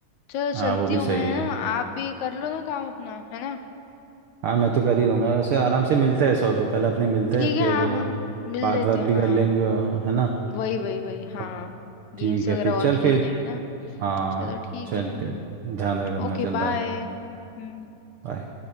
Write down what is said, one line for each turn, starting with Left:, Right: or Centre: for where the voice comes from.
Left: चलो चलती
Right: हाँ वो भी
Left: हूँ
Right: सही
Left: मैं
Right: है
Left: है ना आप भी कर लो ना काम अपना है ना
Right: हाँ मैं तो कर ही रहूँगा वैसे आराम से मिलते हैं ऐसा हो तो कल अपने मिलते
Left: ठीक
Right: हैं
Left: है
Right: फिर
Left: हाँ हाँ मिल
Right: बात
Left: लेते
Right: बात
Left: हैं
Right: भी
Left: हाँ
Right: कर लेंगे है ना
Left: वही वही वही हाँ
Right: अब
Left: गेम्स
Right: ठीक है
Left: वगैरह
Right: फिर चल
Left: और
Right: फिर
Left: खेल लेंगे ना
Right: हाँ
Left: चलो ठीक
Right: चल
Left: है
Right: फिर ध्यान रख अपना
Left: Okay
Right: चल
Left: bye
Right: बाय
Left: हम्म
Right: बाय